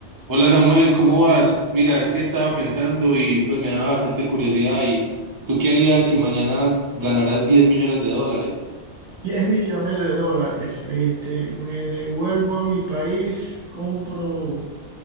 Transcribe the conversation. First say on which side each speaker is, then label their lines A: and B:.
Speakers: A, on the right; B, on the right.
A: Hola Samuel, ¿cómo vas? Mira, es que estaba pensando y pues me da bastante curiosidad. ¿Y tú qué harías si mañana ganaras 10 millones de dólares?
B: 10 millones de dólares. Este, me devuelvo a mi país, compro